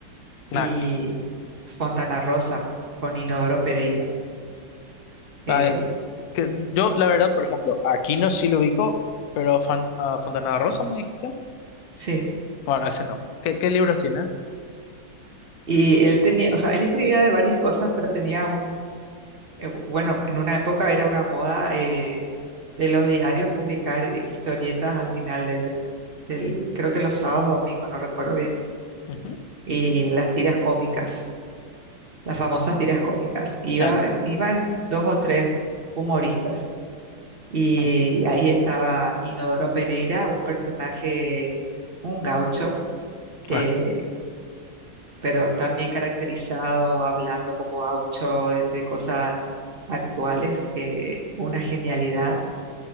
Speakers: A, on the left (about 75°); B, on the right (about 40°).
A: Nada,
B: y
A: que no sé.
B: Fontana Rosa, con Inodoro Pereira. Eh,
A: Ah, que- yo la verdad, por ejemplo, aquí no sí lo ubico, pero a Fan- a Fontana Rosa me dijiste.
B: sí,
A: Bueno, ese no. ¿Qué, qué libros tiene?
B: y él tenía, o sea, él escribía de varias cosas, pero tenía un eh, bu- bueno, en una época era una moda eh, de los diarios publicar eh, historietas al final del, del- creo que los sábados o domingos, no recuerdo bien,
A: Ujú.
B: y las tiras cómicas, las famosas tiras cómicas. Iba,
A: Ah, claro.
B: iban dos o tres humoristas y
A: Mm.
B: ahí estaba Inodoro Pereira, un personaje, un gaucho, eh,
A: Ah,
B: pero también caracterizado, hablando como gaucho de de cosas actuales, que una genialidad.